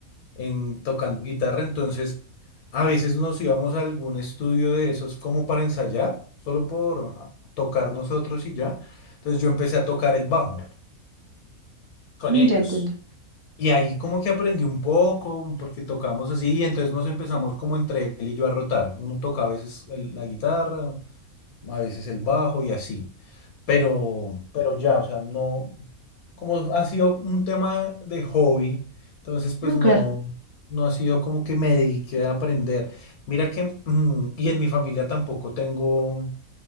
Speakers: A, on the left (about 85°); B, on the right (about 20°).
A: en tocando guitarra. Entonces, a veces nos íbamos a algún estudio de esos como para ensayar, solo por ah, tocar nosotros y ya. Entonces yo empecé a tocar el bajo con
B: mm,
A: ellos.
B: Ya entiendo.
A: Y ahí como que aprendí un poco, porque tocamos así, y entonces nos empezamos como entre él y yo a rotar. Uno toca a veces el- la guitarra, a veces el bajo y así. Pero, pero ya, o sea, no, como ha sido un tema de hobby, entonces pues
B: Mm,
A: no,
B: Claro.
A: no ha sido como que me dediqué a aprender. Mira que, mm, y en mi familia tampoco tengo